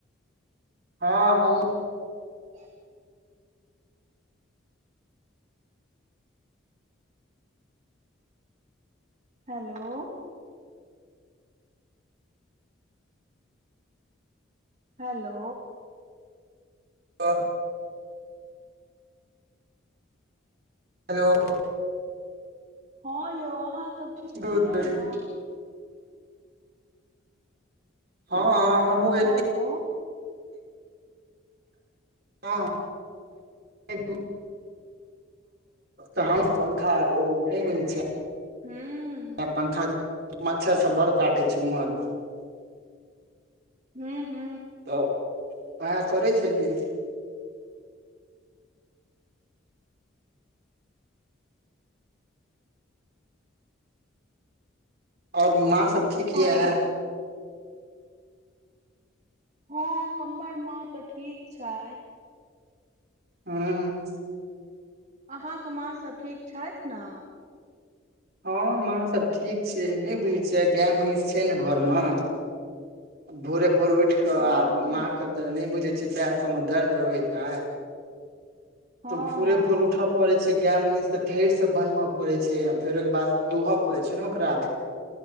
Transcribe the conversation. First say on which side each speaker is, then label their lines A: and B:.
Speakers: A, on the right (about 55°); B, on the right (about 40°).
A: हँ हमु
B: <inaudible> हेलो हेलो
A: तऽ हेलो
B: हँ यौ अहाँ सब ठीक
A: दूध
B: छियै
A: दूरी।
B: न
A: हँ हमहूँ एत
B: हेलो
A: हँ। <unintelligible> तहन पंखा ओ नहि बुझै छियै।
B: हूँ
A: पंखा मच्छर सब बड़ काटै छै उम्हर
B: हू हू
A: तऽ वह‌ए करै छलियै ओर माँ सभ ठीक यऽ।
B: आओर हँ, हमर माँ तऽ ठीक छै।
A: हँ।
B: अहाँकेँ माँ सभ ठीक छथि ने।
A: हँ, माँ सभ ठीक छै, नहि बुझै छियै गाय महीस छै, ने घरमे। भोरे भोर उठ कऽ
B: हँ
A: आ माँ। के तऽ नहि बुझै छियै पैर सभ मे दर्द रहैत छै।
B: हँ
A: तऽ भोरे
B: हँ
A: भोर उठ। पड़े छै, गाय महीष तऽ थेर से बनबय पड़े छै, आ फेर ओहि के बाद दुहय पड़े छै, ने ओकरा।